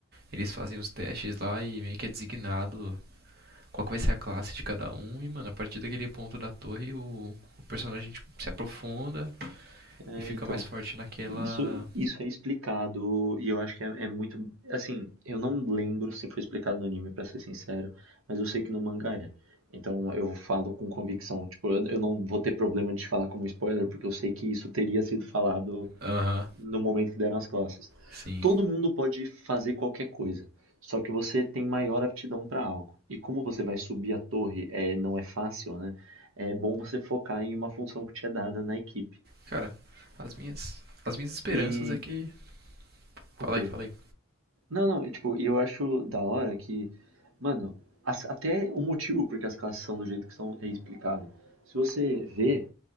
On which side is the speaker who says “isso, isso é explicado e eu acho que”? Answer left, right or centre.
Right